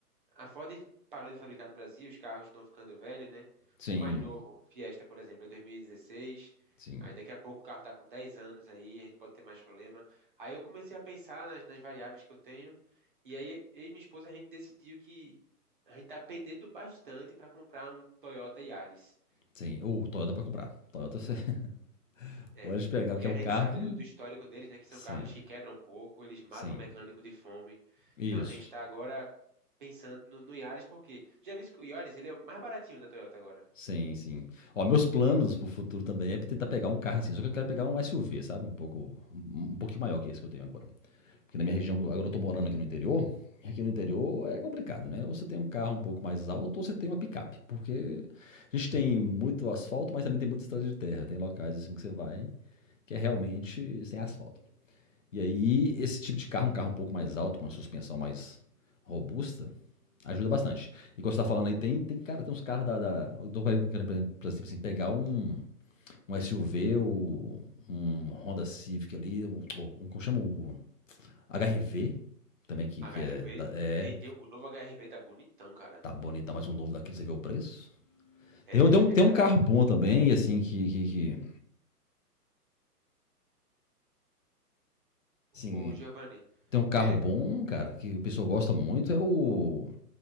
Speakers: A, on the right; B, on the left.
A: A Ford parou de fabricar no Brasil, os carros estão ficando velhos, né?
B: sim,
A: O mais novo, Fiesta, por exemplo, é 2016.
B: sim,
A: Aí daqui a pouco o carro está com 10 anos aí, a gente pode ter mais problema. Aí eu comecei a pensar nas, nas variáveis que eu tenho. E aí eu e minha esposa a gente decidiu que a gente está pendendo bastante para comprar um Toyota Yaris.
B: sim. Ou Toyota pra comprar. Toyota você <laughs>
A: É,
B: pode pegar,
A: porque
B: porque é
A: a
B: um
A: gente
B: carro
A: sabe
B: que...
A: do, do histórico deles, né, que
B: Sim,
A: são carros que quebram pouco, eles matam
B: sim,
A: mecânico de fome.
B: isso.
A: Então a gente tá agora pensando no, no Yaris, porque já visto que o Yaris, ele é o mais baratinho da Toyota agora.
B: Sim, sim. Ó, meus planos pro futuro também é tentar pegar um carro assim, só que eu quero pegar um SUV, sabe? Um pouco, um, um pouquinho maior que esse que eu tenho agora. Porque na minha região, agora eu tô morando aqui no interior, e aqui no interior é complicado, né? Ou você tem um carro um pouco mais alto, ou você tem uma picape, porque a gente tem muito asfalto, mas também tem muita estrada de terra, tem locais assim que você vai que é realmente sem asfalto. E aí, esse tipo de carro, um carro um pouco mais alto, com uma suspensão mais robusta, ajuda bastante. E quando você tá falando aí, tem, tem cara, tem uns carros da. da eu tô querendo, por exemplo, tipo assim, pegar um, um SUV, ou um Honda Civic ali, ou, ou, um, como chama o HRV, também, que,
A: HRV,
B: que é, da- é.
A: e tem, o novo HRV tá bonitão, cara.
B: Tá bonito, mas um novo daquele, você vê o preço.
A: É,
B: Tem, tem, um,
A: é
B: tem
A: caro.
B: um carro bom também, assim, que. que, que assim,
A: Ô, Giovanni,
B: tem um carro
A: é,
B: bom, cara, que o pessoal gosta muito, é o.